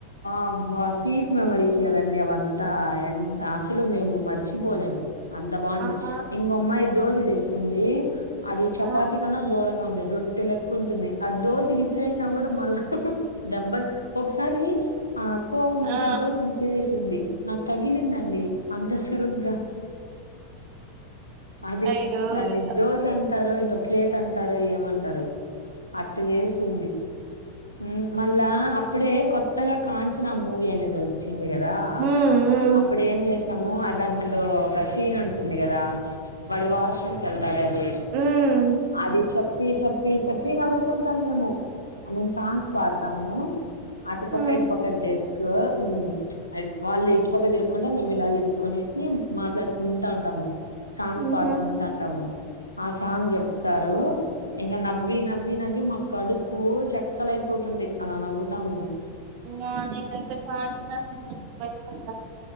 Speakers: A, on the left; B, on the right.
A: అబ్బా స్వీట్ మెమోరీస్ కదండి అవంతా ఎంత అసలు మేము మర్చిపోలేము. అంత బాగుంటుంది
B: ఆహా
A: ఇంకొమ్మాయి దోశ దోశ తెస్తుంది. అది చపాతి
B: ఆ
A: కన్నా ఘోరంగా ఉంది రొట్టె లెక్క ఉంటుంది అది దోస విసి విసిరేసిన కూడా మల్లా హు హు దేబ్బల్ ఒకసారి ఆ కోపం వచ్చి
B: ఆ
A: దోశ విసిరేసింది. నాకు తగిలిందండి అంత సురుగ్గా అది
B: అయ్యో
A: దాన్ని
B: అయ్యో
A: దోస అన్ అంటారో ఇంక ప్లేట్ అంటారు ఏమంటారు అట్ట చేస్తుంది ఉ మళ్ళా అప్పుడే కొత్త కొత్తగా కాంచన మూవీ అనేది వచ్చింది. వచ్చింది కదా
B: ఉమ్
A: అప్పుడు ఏం చేస్త స్తాము ఆ దాంట్లో ఒక సీన్ ఉంటుంది కదా వాడు వాష్రూమ్కు వెళ్తాడే డే
B: ఉమ్
A: అది చెప్ చెప్పి చెప్పి చెప్పి నవ్వుకుంటాం మేము మేము సాంగ్స్ పాడతాము అటుపక్క
B: ఉమ్
A: పక్క ఇటు పక్క డెస్క్ ఊ వాళ్ళు ఇటుపక్క తిరుకుంటా మేము ఇలా తిరుక్కునేసి మాట్లాడుకుంటా ఉంటాము. సాంగ్స్
B: ఉహుమ్
A: పాడుకుంటాంటాము. ఆ సాంగ్ చెప్తారు ఇంకా నవ్వి నవ్వి నవ్వి మా కడుపు చక్కలైపోతుంది అలా నవ్వుతాం మేము
B: అమ్మో నేనయితే కాంచన సినిమా చూసి బయపడ్తా